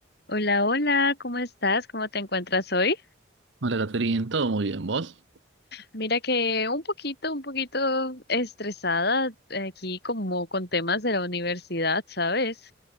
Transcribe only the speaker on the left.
Hola, hola, ¿cómo estás? ¿Cómo te encuentras hoy?
Mira que un poquito, un poquito estresada aquí como con temas de la universidad, ¿sabes?